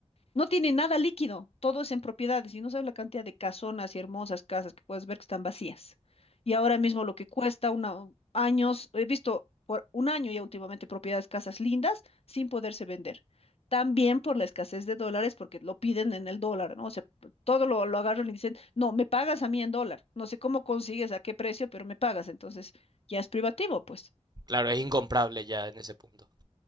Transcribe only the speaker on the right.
Claro, es incomparable ya en ese punto.